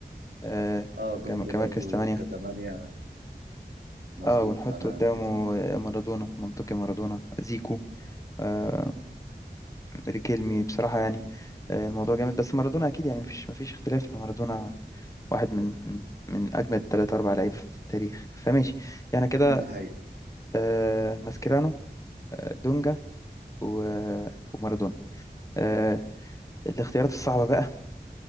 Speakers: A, on the left; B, on the right.
A: أه
B: اه دونجا
A: كم- كمركز
B: برضو
A: ثمانية
B: كتمانية مظبوط
A: اه ونحط
B: انا
A: قدامه
B: متفق معاك
A: أه، مارادونا منطقي مارادونا زيكو أه ريكيلمي بصراحة يعني أه الموضوع جامد بس مارادونا اكيد يعني مفيش مفيش اختلاف ان مارادونا واحد من من من اجمد ثلاث اربع لعيب في التاريخ فماشي يعني كده
B: ده حقيقي
A: أه ماسكرانو أه دونجا و- ومارادونا آه، الاختيارات الصعبة بقى